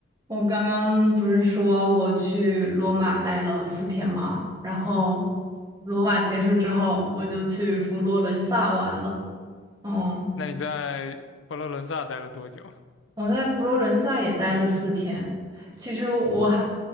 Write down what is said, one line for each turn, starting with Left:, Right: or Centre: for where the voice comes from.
Right: 我刚刚不是说我去罗马待了四天吗？然后罗马结束之后，我就去佛罗伦萨玩了。嗯，
Left: 那你在佛罗伦萨待了多久？
Right: 我在佛罗伦萨也待了四天。其实我还